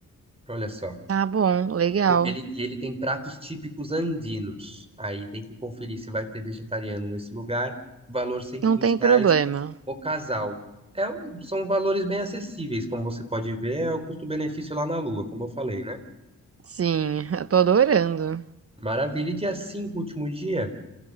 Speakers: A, on the right; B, on the right.
A: Olha só.
B: Tá bom, legal.
A: Ele, e ele tem pratos típicos andinos. Aí tem que conferir se vai ter vegetariano nesse lugar. Valor cento
B: Não
A: e vinte
B: tem
A: reais
B: problema.
A: o casal. É, um- são valores bem acessíveis, como você pode ver, é o custo-benefício lá na Lua, como eu falei, né?
B: Sim, <laughs> eu tô adorando.
A: Maravilha. E dia cinco último dia.